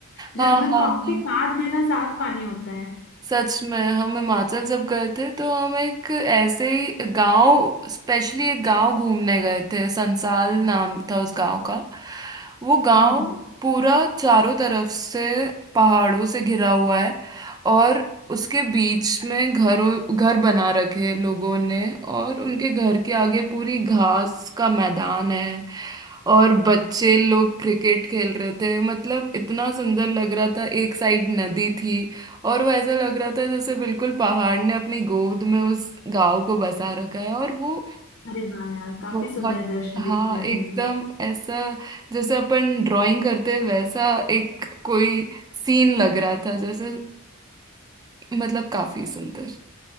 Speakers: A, on the left (about 50°); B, on the right (about 20°).
A: जिनमें
B: हाँ हाँ
A: काफी
B: हाँ
A: साफ जैसा साफ पानी होता है
B: सच में हम हिमाचल जब गए थे तो हम एक ऐसे ही गांव स्पेशली एक गांव घूमने गए थे संसाल नाम था उस गांव का वो गांव
A: हम्म
B: पूरा चारों तरफ से पहाड़ों से घिरा हुआ है और उसके बीच में घरों घर बना रखे हैं लोगों ने और उनके घर के आगे पूरी घास का मैदान है और बच्चे लोग क्रिकेट खेल रहे थे मतलब इतना सुंदर लग रहा था एक साइड नदी थी और वो ऐसा लग रहा था जैसे बिल्कुल पहाड़ ने अपनी गोद में उस गांव को बसा रखा है और वो
A: अरे वाह यार काफी
B: बहुत
A: सुंदर दृश्य
B: हाँ
A: दिख रहा है
B: एकदम
A: ये तो
B: ऐसा जैसे अपन ड्राइंग करते हैं वैसा एक कोई सीन लग रहा था जैसे मतलब काफी सुंदर